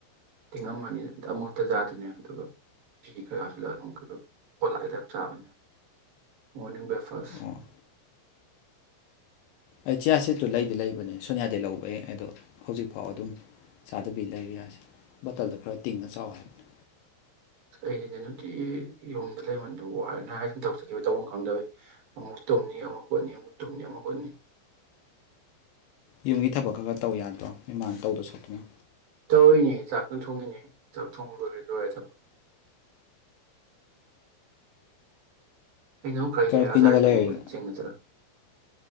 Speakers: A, on the right (about 50°); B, on the left (about 75°).
A: ꯇꯤꯡꯉꯝꯃꯅꯤ ꯑꯃꯨꯛꯇꯖꯥꯗꯅꯦ ꯑꯗꯨꯒ ꯐꯤ ꯈꯔ ꯍꯥꯞꯤꯜꯂꯒ ꯑꯗꯨꯝ ꯑꯣꯠꯂꯥꯛꯒꯦ ꯇꯥꯏꯞ ꯆꯥꯕꯅꯦ ꯃꯣꯔꯅꯤꯡ ꯕ꯭ꯔꯦꯛ ꯐꯁ
B: ꯑꯣ ꯑꯩ ꯆꯤꯌꯥ ꯁꯤꯠꯇꯨ ꯂꯩꯗꯤ ꯂꯩꯕꯅꯦ ꯁꯣꯅꯤꯌꯥꯗꯩ ꯂꯧꯕ ꯑꯩ ꯑꯗꯣ ꯍꯧꯖꯤꯛꯐꯥꯎ ꯑꯗꯨꯝ ꯆꯥꯗꯕꯤ ꯂꯩꯔꯤꯁ ꯕꯇꯜꯗ ꯈꯔ ꯇꯤꯡꯅ ꯆꯥꯎꯋ ꯍꯥꯏꯕꯅꯤ
A: ꯁ ꯑꯩꯁꯤꯅꯦ ꯅꯨꯡꯇꯤ ꯌꯨꯝꯗ ꯂꯩꯃꯟꯗꯣ ꯋꯥꯔꯦꯅ ꯍꯥꯏ ꯁꯨꯝ ꯇꯧꯖꯈꯤꯕ ꯇꯧꯐꯝ ꯈꯪꯗꯕꯦ ꯑꯃꯨꯛ ꯇꯨꯝꯅꯤ ꯑꯃꯨꯛ ꯀꯣꯠꯅꯤ ꯑꯃꯨꯛ ꯇꯨꯝꯅꯤ ꯑꯃꯨꯛ ꯀꯣꯠꯅꯤ
B: ꯌꯨꯝꯒꯤ ꯊꯕꯛ ꯈꯔ ꯈꯔ ꯇꯧ ꯌꯥꯗ꯭ꯔꯣ ꯃꯤꯃꯥꯟꯅ ꯇꯧꯗꯣ ꯁꯄꯣꯏꯅ
A: ꯇꯧꯔꯏꯅꯦ ꯆꯥꯛꯀ ꯊꯣꯡꯉꯤꯅꯦ ꯆꯥꯛ ꯊꯣꯡꯕ ꯂꯣꯏꯔꯦ ꯂꯣꯏꯔꯦ ꯊꯕ ꯑꯩꯅ ꯑꯃꯨꯛ ꯈꯔ ꯌꯦ
B: ꯀꯨꯏꯅꯒ
A: ꯑꯖꯥꯔ ꯁꯝꯅꯤꯡꯕꯗꯤ
B: ꯂꯩꯔꯗꯤ
A: ꯆꯦꯡꯅ ꯆꯠꯂ